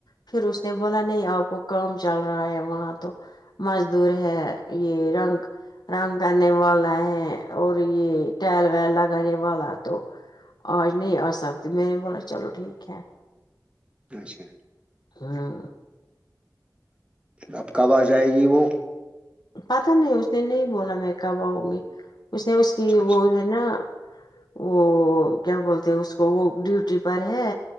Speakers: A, on the left (about 75°); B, on the right (about 15°).
A: پھر اس نے بولا نہیں آپ کو کام چل رہا ہے وہاں تو مزدور ہے یہ رنگ رنگ کرنے والا ہے اور یہ ٹائل ویل لگانے والا تو آج نہیں آ سکتی میں نے بولا چلو ٹھیک ہے
B: اچھا
A: ہاں
B: اب کب آ جائے گی وہ
A: پتا نہیں اس نے نہیں بولا میں کب آؤں گی اس نے اس کی
B: اچھا اچھا
A: وہ ہے نا وہ کیا بولتے ہیں اس کو وہ ڈیوٹی پر ہے